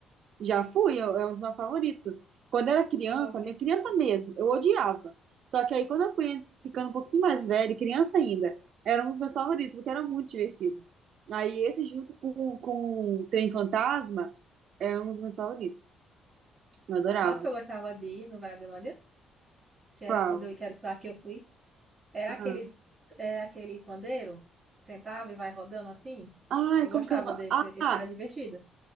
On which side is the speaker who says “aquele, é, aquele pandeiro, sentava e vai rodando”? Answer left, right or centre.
Right